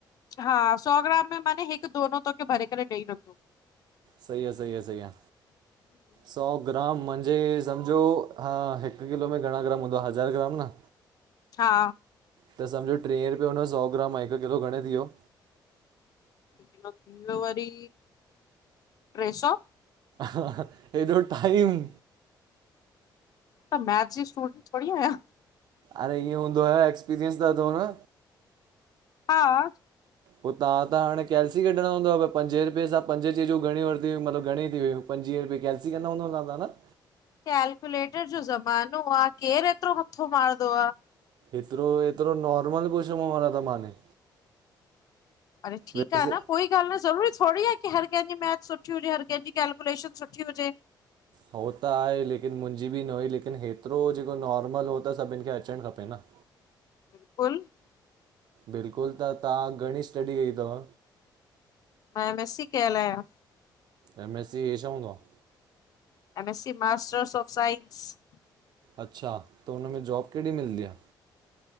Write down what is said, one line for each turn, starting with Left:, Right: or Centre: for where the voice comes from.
Left: हा सौ ग्राम में माने हिक दोनो तोखे भरे करे ॾेई रखो।
Right: सही आ सही आ सही आ।
Left: हम्म <inaudible>
Right: सौ ग्राम मांजे हे समझो हा हिक किलो में घणा ग्राम हूंदो आहे हज़ार ग्राम न
Left: हा
Right: त समझो टीहं रुपये हुन जो सौ ग्राम हिकु किलो घणे थी वियो?
Left: किलो वारी टे सौ
Right: हेॾो टाइम
Left: त मैथस जी स्टूडेंट थोड़ी आयां
Right: अरे इअं हूंदो आहे एक्सपीरियंस त थव न
Left: हा
Right: पोइ तव्हां त हाणे कैल्सी कढणो हूंदो भई पंजे रुपे सां पंजीजूं घणी वरितियूंतबु घणे थी वई पंजवीहु रूपए कैलसी क हूंदोदावदा न
Left: कैलकुलेटर जो ज़मानो आ केर एतिरो मथो मारंदो आ
Right: एतिरो एतिरो नॉर्मल पशम वारा त माने
Left: अड़े ठीक
Right: वैसे
Left: आ न कोई ॻाल्ह न ज़रूरी थोडी आ की हर कंहिंजी मैथ सुठी हुजे हर कंहिंजी कै्कुलेशन सुठी हुजे
Right: हो त आ लेकिन मुंहिंजी बि न हुई लेकिन हेतिरो जेको नॉर्मल हो त सभिन खे अचण खपे न
Left: बिल्कुलु <unintelligible>
Right: बिल्कुलु त तव्हां घणी स्टडी कई अथव?
Left: मां एम एस सी कल आहियां।
Right: एम एस सी हे छा हूंदो आहे?
Left: M S C masters of science
Right: अच्छा त हुनमें जॉब कहिड़ेॾी मिलंदी आहे?